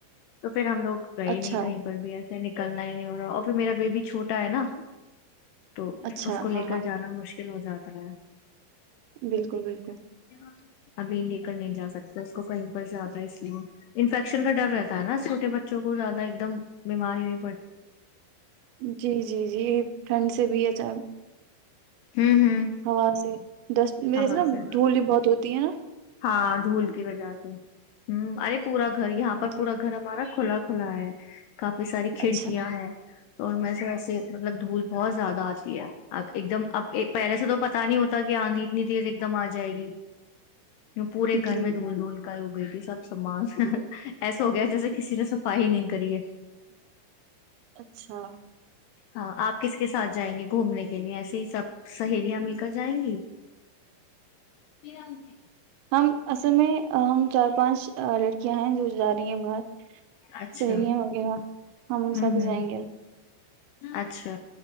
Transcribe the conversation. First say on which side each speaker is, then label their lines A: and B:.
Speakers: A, on the left (about 80°); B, on the right (about 80°).
A: تو <unintelligible> پھر ہم لوگ گئے
B: اچھا
A: نہیں کہیں پر بھی ای ے نکلنا ہی نہیں ہو رہا اور پھر میرا بیبی چھوٹا ہے نا تو
B: اچھا
A: اس کو لے
B: ہاں
A: کر
B: ہاں
A: جانا مشکل ہو جاتا <inaudible>
B: بالکل
A: لیاں
B: بالکل
A: ابھی لے کر نہیں جا سکتا اس کو کہیں پر سے آتا ہے اس لیے انفیکشن کا ڈر رہتا ہے نا چوٹے بچوں کو زیادہ ایک دم بیماری ہو
B: جی جی جی ایک ٹھنڈ سے بھی اا
A: ہوں ہوں
B: ہوا سے ڈس جیے
A: ہوا
B: نا
A: سے
B: دھول بھی بہت ہو تینا <unintelligible>
A: ہاں دھول کی وجہ سے ہ ارے پورا گھر یہاں پر
B: جی
A: پورا گھر ہمارا کھلا کھلا ہے کافی ساری کھڑکیاں
B: اچھا
A: ہیں تو ان میں سے ویسے مطلب دھول بہت زیادہ آتی ہے ا ایک دم اب پہلے سے تو پتا نہیں ہوتا کہ آندھی اتنی تیز ایک دم آ جائے گی پورے گھر
B: جی
A: میں دھول دھول کا ہو گئی تھی سب سامان ایسا ہو گیا جیسے کسی نے صفائی نہیں کری ہے
B: اچھا
A: ہاں آپ کس کے ساتھ جائیں گے گھومنے کے لیے ایسے ہی سب سہیلیاں مل کر جائیں گی پے
B: ہم اس میں ہم چار پانچ لڑکیاں ہیں جو جا رہی ہیں باہر
A: اچھا
B: سہیلیاں وغیرہ ہم
A: ہوں
B: سبھی
A: ہوں
B: جائیں گے
A: اچھا